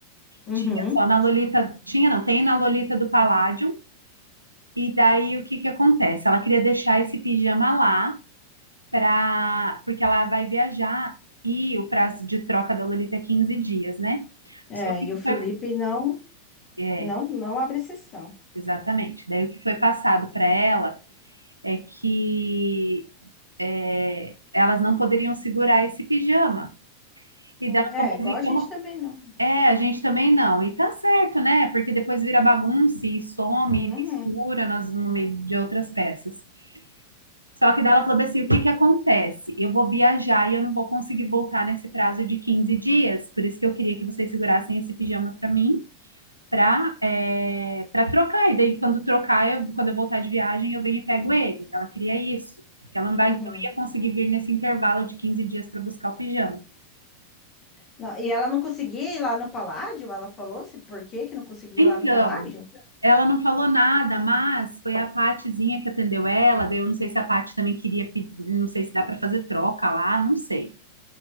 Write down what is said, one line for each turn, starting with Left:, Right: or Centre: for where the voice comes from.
Left: Uhum.
Right: Tinha só na Lolita, tinha não, tem na Lolita do Paládio. E daí o que que acontece? Ela queria deixar esse pijama lá. para porque ela vai viajar e o prazo de troca da Lolita é 15 dias, né?
Left: É,
Right: Só que
Left: e
Right: o que
Left: o Felipe
Right: foi,
Left: não,
Right: é,
Left: não, não abre exceção.
Right: exatamente. Daí o que foi passado para ela é que é, elas não poderiam segurar esse pijama. E
Left: Hum,
Right: dela
Left: É,
Right: falou,
Left: igual
Right: mas e
Left: a
Right: como?
Left: gente também não.
Right: É, a gente também não. E tá certo, né? Porque depois vira bagunça e some
Left: Uhum.
Right: e mistura nas, no meio de outras peças. Só que daí ela falou bem assim: o que que acontece? Eu vou viajar e eu não vou conseguir voltar nesse prazo de 15 dias, por isso que eu queria que vocês segurassem esse pijama para mim, para é, para trocar. E daí, quando trocar, eu- quando eu voltar de viagem, eu venho e pego ele. Ela queria isso, porque ela não
Left: Uhum.
Right: vai, não ia conseguir vir nesse intervalo de 15 dias para buscar o pijama.
Left: Não, e ela não conseguia ir lá no Paládio? Ela falou-se por que que não conseguia
Right: Então,
Left: ir lá no Paládio?
Right: ela não falou nada, mas foi a Patizinha que atendeu ela. Daí eu não sei se a Pati também queria pedir, não sei se dá para fazer troca lá, não sei.